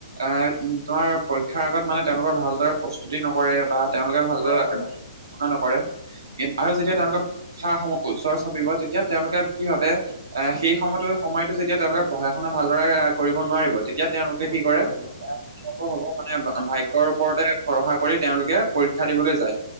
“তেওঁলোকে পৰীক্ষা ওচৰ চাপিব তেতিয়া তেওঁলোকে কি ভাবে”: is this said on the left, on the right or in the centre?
Right